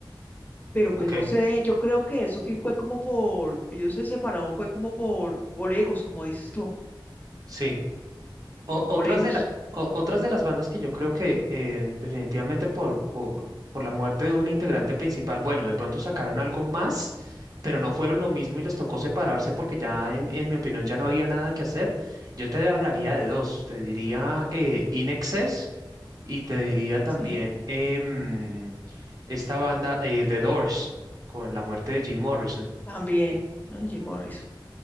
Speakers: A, on the left; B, on the right.
A: Pero
B: ¿O
A: pues
B: qué?
A: no sé, yo creo que eso sí fue como por, ellos se separaron, fue como por, por egos, como dices tú,
B: Sí. O-
A: como
B: otras
A: por egos.
B: de la, o- otras de las bandas que yo creo que eh, definitivamente por, por, por la muerte de un integrante principal, bueno, de pronto sacaron algo más, pero no fueron lo mismo y les tocó separarse porque ya, en, en mi opinión, ya no había nada que hacer. Yo te hablaría de dos, te diría eh, In Excess y te diría también
A: Sí,
B: em, esta banda eh, The Doors, con la muerte de Jim Morrison.
A: también, ah, Jim Morrison.